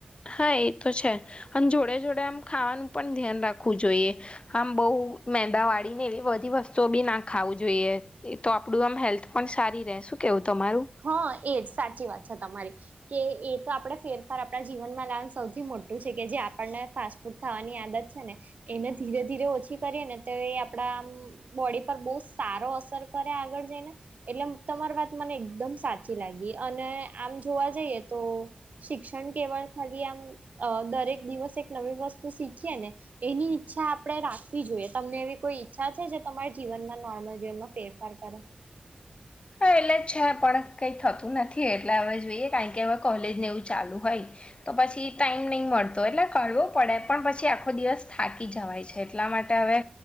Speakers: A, on the left; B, on the right.
A: હા એ તો છે અને જોડે જોડે આમ ખાવાનું પણ ધ્યાન રાખવું જોઈએ આમ બઉ મેંદા વાળી ને એવી બધી વસ્તુઓ બી ના ખાવું જોઈએ એ તો આપડું આમ હેલ્થ પણ સારી રે શું કેવું તમારું
B: હા એજ સાચી વાત છે તમારી કે એ તો આપડે ફેરફાર આપડા જીવનમાં લાવ સૌથી મોટું છે કે જે આપણને ફાસ્ટ ખાવાની આદત છે ને ધીરે ધીરે ઓછી કરીએ ને તો એ આપડા આમ બોડી પર બોઉ સારો અસર કરે આગળ જઈને એટલે તમારી વાત મને એકદમ સાચી લાગી અને આમ જોવા જઈએ તો શિક્ષણ કેવળ ખાલી આમ અ દરેક દિવસ એક નવી વસ્તુ શીખીએ ને એની ઈચ્છા આપડે રાખવી જોઈએ તમને એવી કોઈ ઈચ્છા છે જે તમારા જીવનમાં નોર્મલ જીવનમાં ફેરફાર કરે
A: તો એટલે જ છે પણ કંઈ થતું નથી એટલે હવે જોઈએ કારણ કે હવે કોલેજને એવું ચાલુ હોય, તો પછી ટાઈમ નહી મળતો એટલે કરવો પડે પણ પછી આખો દિવસ થાકી જવાય છે. એટલા માટે હવે